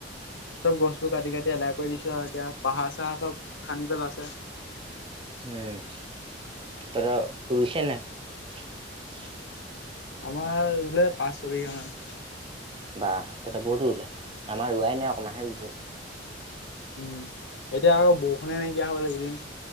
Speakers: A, on the left; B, on the right.
A: চব গছবোৰ কাটি কাটি এদায় কৰি দিছে। কত যাওঁ এতিয়া পাহাৰ চাহাৰ চব খান্দি পেলাইছে।
B: উম তহঁতৰ ৰুইছে নে নাই
A: আমাৰ ৰুলে পাঁচ ছয় বিঘামান।
B: বাহ তহঁত বহুতো ৰুলে আমাৰ ৰোৱাই নাই অকমানহে ৰুই থৈছে
A: উম এতিয়া আৰু বৰষুণে নাইকিয়া হৈ গল এইকেইদিন